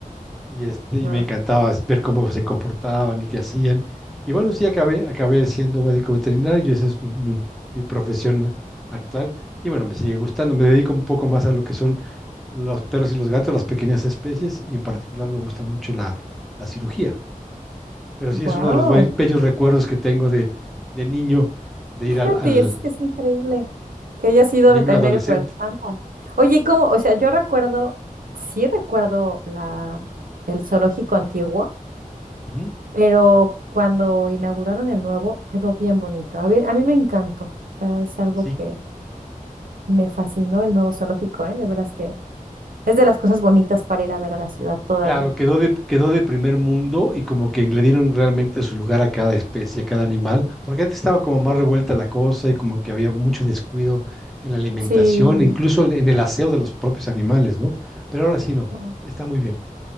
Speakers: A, in the centre; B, on the right.
A: y, este, y
B: No.
A: me encantaba ver cómo se comportaban y qué hacían. Y bueno, sí, acabé, acabé siendo médico veterinario, esa es mi, mi- mi profesión actual. Y bueno, me sigue gustando, me dedico un poco más a lo que son los perros y los gatos, las pequeñas especies, y en particular me gusta mucho la, la cirugía. Pero sí es
B: ¡Wow!
A: uno de los bei- bellos recuerdos que tengo de, de niño, de
B: Fíjate,
A: ir al, al
B: es que es increíble que haya sido
A: niño
B: veterinario
A: adolescente.
B: por el panda. Oye, ¿cómo? O sea, yo recuerdo, sí recuerdo la, el zoológico antiguo.
A: Ujú.
B: pero cuando inauguraron el nuevo quedó bien bonito. A mí, a mí me encantó, o sea, es algo
A: Sí,
B: que me fascinó el nuevo zoológico, ¿eh? De veras que es de las cosas bonitas para ir a ver a la ciudad todavía.
A: Claro, quedó de, quedó de primer mundo y como que le dieron realmente su lugar a cada especie, a cada animal, porque antes estaba como más revuelta la cosa y como que había mucho descuido en la alimentación,
B: Sí,
A: incluso en, en el aseo de los propios animales, ¿no? Pero ahora sí no,
B: wow.
A: está muy bien.